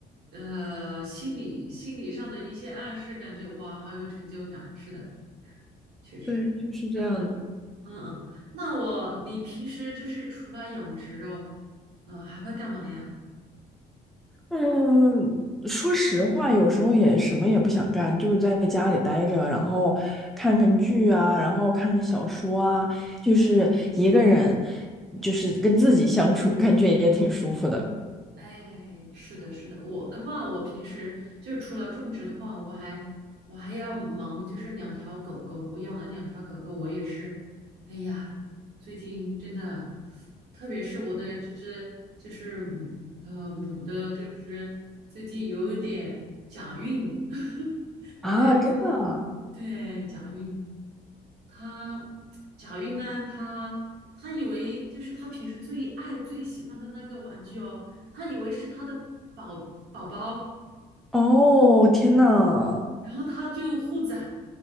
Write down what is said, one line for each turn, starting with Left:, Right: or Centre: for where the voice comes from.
Right: 呃，心理心理上的一些暗示，感觉哇，好有成就感。是的，确实，
Centre: 对，就是这样的。
Right: 嗯嗯嗯。那我，你平时就是除了养殖哦，嗯、还会干嘛呀？
Centre: 嗯，说实话，有时候也什么也不想干，就在家里待着，然后看看剧啊，然后看看小说啊，就是一个人，就是跟自己相处，感觉也挺舒服的
Right: 哎，是的，是的，我的话，我平时就除了种植的话，我还我还要忙，就是两条狗狗，我养了两条狗狗，我也是，哎呀，最近真的，特别是我的这只就是母呃母的这只，最近有一点假孕，<laughs> 我都要被它，
Centre: 啊！真的啊
Right: 对，假孕。他贾云呢，他他以为就是他平时最爱最喜欢的那个玩具哦，他以为是他的宝宝宝，
Centre: 哦，天呐！
Right: 然后他就护崽，